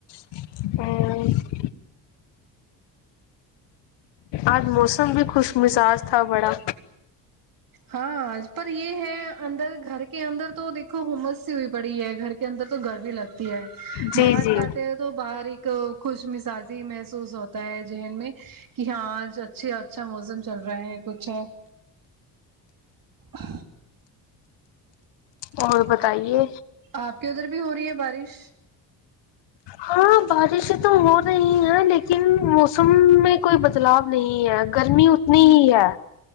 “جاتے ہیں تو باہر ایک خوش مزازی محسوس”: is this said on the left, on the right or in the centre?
Right